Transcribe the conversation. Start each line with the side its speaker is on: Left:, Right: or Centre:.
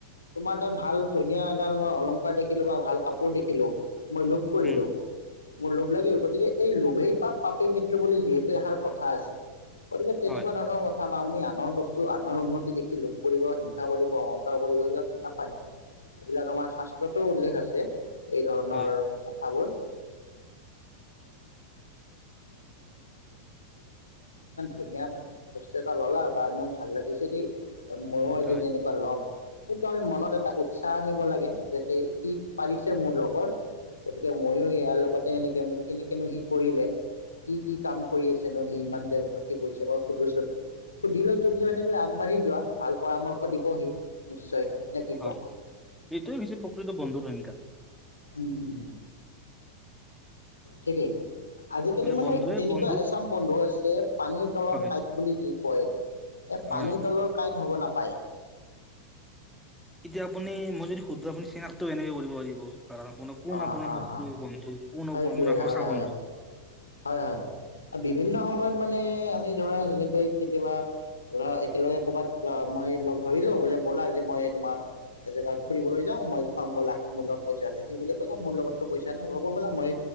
Left: তোমাৰ তাত ভাল, ধুনীয়া এডাল মই অলংকাৰ দেখিলোঁ বা ভাল কাপোৰ দেখিলোঁ। মই লোপ কৰিলোঁ
Centre: উম
Left: মোৰ লোভ লাগিল। গতিকে এই লোভেই পাপ পাপেই মৃ্ত্যু বুলি যিহেতু এষাৰ কথা আছে। গতিকে তেনেকুৱা
Centre: হয়
Left: ধৰণৰ কথা আমি আনৰ বস্তু আনৰ উন্নতি দেখি লোভ কৰিব, হিংসা কৰিব, অহংকাৰ কৰিব এইবিলাক নাপায়। এইবিলাক আমাৰ শাস্ত্ৰতো উল্লেখ আছে এই ধৰণৰ
Centre: হয়
Left: কথাবোৰ। <inaudible> ধুনীয়া বস্তু এটা ল'লা বা ইমান ভাল লাগিছে দেই। ময়ো এদিন
Centre: হয়
Left: এনেকুৱা ল'ম। সুপাৱে মনত এটা উৎচাহ আনিব লাগে। যাতে সি পাৰিছ মোৰ লগৰ। গতিকে ময়ো ইয়াৰ লগতে এনেকে কেনেকেনো সি কৰিলে কি কি কাম কৰি আছে নো সি ইমান যে উন্নতি কৰিছে মই সুধোচোন সুধিলৈ তুমিও এনেকৈ আগবাঢ়ি যোৱা ভাল পৰামৰ্শ দিব সি নিশ্চয় নে কি
Centre: হয়
Left: কোৱা
Centre: এইটোৱে হৈছে পুখুৰীটো বন্ধুৰংকা
Left: উম উম ঠিকেই আজিকালি মানে
Centre: বন্ধুৱে
Left: এনেকুৱা
Centre: বন্ধুৰ
Left: এচাম বন্ধু আছে পানীৰ তলৰ
Centre: হয়
Left: কাঁইট বুলি যি কয়
Centre: হয়
Left: পানীৰ তলৰ কাঁইট হ'ব নাপায়
Centre: এতিয়া আপুনি মই যদি সোধো আপুনি চিনাক্ত কেনেকে কৰিব পাৰিব কাৰণ আপোন কোন
Left: অ',
Centre: আপোনাৰ
Left: অ',
Centre: শত্ৰু
Left: অ',
Centre: বন্ধু কোন
Left: সেইটোৱে
Centre: আপোনাৰ সঁচা
Left: হয়,
Centre: বন্ধু
Left: হয়। হয় হয় বিভিন্ন সময়ত মানে আমি ধৰা যেনেকৈ কেতিয়াবা ধৰা একেলগে ক'ৰবাত মই লগ ধৰিলো বোলে ব'লা আজি মই তোমাক এজেগাত ফুৰিবলৈ যাও মই খুৱাম বলা মোৰ লগত পইচা আছে সি বোলে ক'লে মোৰ লগতো পইচা নাই হ'ব ব'লা মই